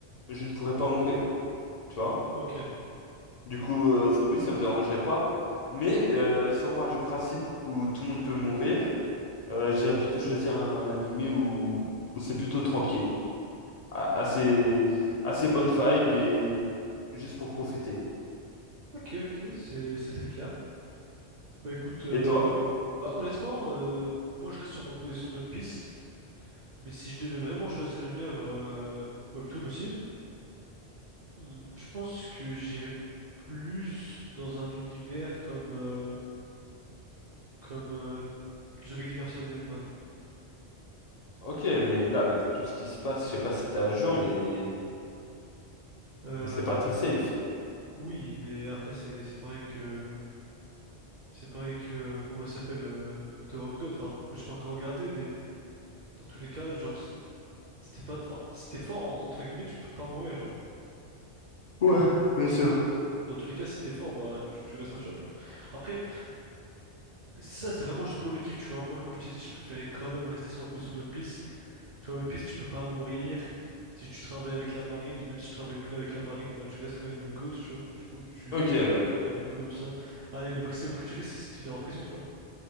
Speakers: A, on the left (about 55°); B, on the right (about 55°).
A: je ne pourrais pas mourir, tu vois.
B: ok.
A: Du coup, euh, oui, ça me dérangerait pas. Mais euh, si on part du principe où tout le monde peut mourir, euh, j'irais plutôt choisir un animé où, où c'est plutôt tranquille. a- assez, assez bonne vibe et juste pour profiter.
B: Ok, ok, c'est c'est très clair. Bah écoute, euh,
A: Et toi?
B: bah honnêtement, euh, moi je reste sur ma position d'One Piece, mais si je devais vraiment choisir une œuvre euh, webtoon aussi, Hmm, Je pense que j'irais plus dans un univers comme, euh, comme euh, The Beginning of Sardine, par exemple.
A: Ok, mais là, avec tout ce qui se passe, je sais pas si t'es à jour, mais,
B: Euh,
A: mais c'est pas très safe.
B: oui, mais après, c'est c'est pareil que. C'est pareil que. euh, Comment il s'appelle euh, Tower of God. Enfin, moi, j'ai pas encore regardé, mais dans tous les cas, genre, si t'es pas. Enfin, si t'es fort, en- entre guillemets, tu peux pas mourir, genre.
A: Ouais, bien sûr.
B: Dans tous les cas, si t'es fort, bah, tu, tu restes un chop, genre. Après, ça, c'est vraiment juste pour le kiff, tu vois. Moi, comme je t'ai dit, je préférais quand même rester sur ma position de One Piece. Tu vois, One Piece, tu peux pas mourir. Si tu travailles avec la marine, et même si tu travailles plus avec la marine, bah tu restes quand même le GOAT, tu vois. Du coup, tu
A: Ok,
B: collabores
A: ouais.
B: avec le Flamingo, tout ça. Allez, le maximum que tu risques, c'est de finir en prison, tu vois.